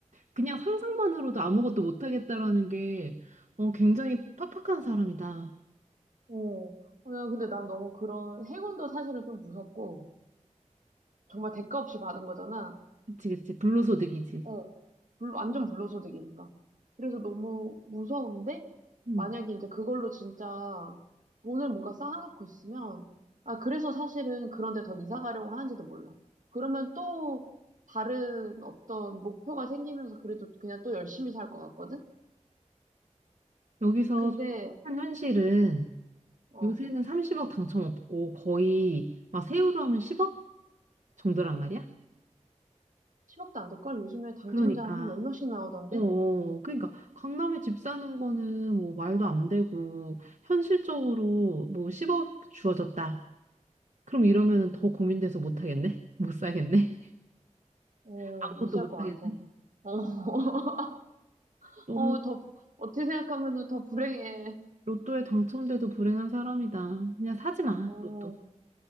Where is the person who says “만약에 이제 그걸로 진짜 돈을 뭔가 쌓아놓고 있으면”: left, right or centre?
Right